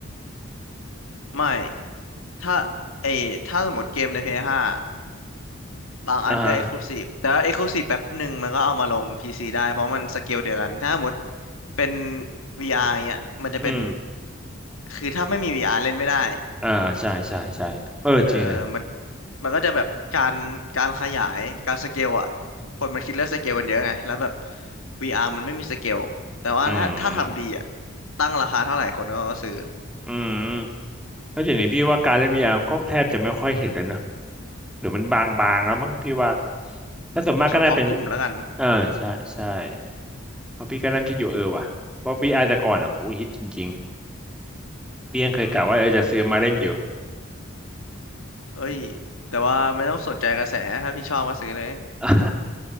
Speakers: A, on the left; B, in the centre.
A: ไม่ถ้าไอถ้าสมมติเกมใน p ้5บางอันก็
B: อ่าฮะ
A: Exclusive แต่ว่า Exclusive แป๊บหนึ่งมันก็เอามาลง PC ได้เพราะมันสเกลเดียวกันถ้าหมดเป็น VR เงี้ยมันจะเป็น
B: อืม
A: คือถ้าไม่มี VR เล่นไม่ได้
B: อ่าใช่ใช่ใช่เออจริงนะ
A: เออมันมันก็จะแบบการการขยายการสเกลอ่ะ คนมันคิดเรื่องสเกลกันเยอะไง แล้วแบบ VR มันไม่มีสเกล แต่ว่าถ้าถ้าทำดีอ่ะ
B: อืม
A: ตั้งราคาเท่าไหร่คนก็ซื้อ
B: อืม แล้วอย่างนี้พี่ว่าการเล่น VR ก็แทบจะไม่ค่อยเห็นเลยเนอะหรือมันบางๆแล้วมั้งพี่ว่าถ้าส่วนมากก็น่าเป็น
A: เฉพาะกลุ่มแล้วกัน
B: เออใช่ใช่เพราะพี่ก็นั่งคิดอยู่เออว่ะเพราะ VR แต่ก่อนอ่ะโหฮิตจริงๆเพียงเคยกะว่าเออจะซื้อมาเล่นอยู่
A: อืมเอ้ยแต่ว่าไม่ต้องสนใจกระแสถ้าพี่ชอบก็ซื้อเลย
B: <laughs> อ่า